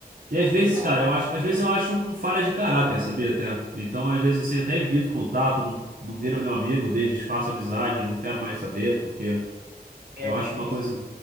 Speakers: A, on the right (about 60°); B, on the right (about 75°).
A: E
B: Não,
A: às vezes,
B: não vai.
A: cara, eu acho, às vezes eu acho uma falha de caráter, sabia até? Então, às vezes, assim, eu até evito contato, não, não vira meu amigo, de- desfaço a amizade, eu não quero mais saber, porque
B: É
A: eu
B: difícil.
A: acho uma coisa.